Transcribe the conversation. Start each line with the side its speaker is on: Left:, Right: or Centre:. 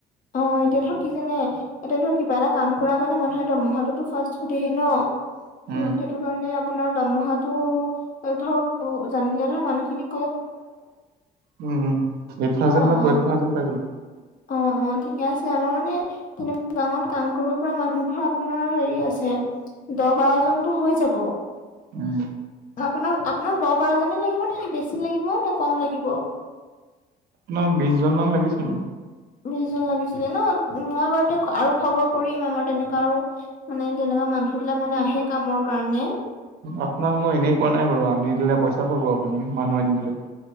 Left: অ এতিয়া ধৰ কি জানে, এতিয়া ধৰ কিবা এটা কাম কৰ কাৰণে মানুহে দৰমহাটোতো ফাৰ্ষ্ট সুধেই ন।
Right: উম
Left: উ সেইটো কাৰণে আপোনাৰ দৰমহাটো ধৰক জানিলে ধৰ মানুহখিনি
Right: উম! উম! এইট থাউজেণ্ড
Left: অ
Right: বা
Left: অ
Right: টুৱেলভ থাউজেণ্ড পায় যাব।
Left: অ অ ঠিকে আছে আমাৰ মানে তেনেকুৱা গাঁৱত কাম কৰিব পৰা মানুহ ধৰ আপোনাৰ হেৰি আছে দহ বাৰ জনতো হৈ যাব আ
Right: উম
Left: আপোনাক আপোনাক দহ বাৰজনে লাগিব নে বেছি লাগিব নে কম লাগিব।
Right: মোক বিশজন মান লাগিছিল।
Left: বিশজন লাগিছিলে ন মই বাৰুতে আৰু খবৰ কৰিম আমাৰ তেনেকা আৰু মানে তেনেকা মানুহ বিলাক মানে আহে কামৰ কাৰণে।
Right: আপোনাক মই এনেই কোৱা নাই বাৰু আনি দিলে পইচা পাব আপুনি মানুহ আনি দিলে।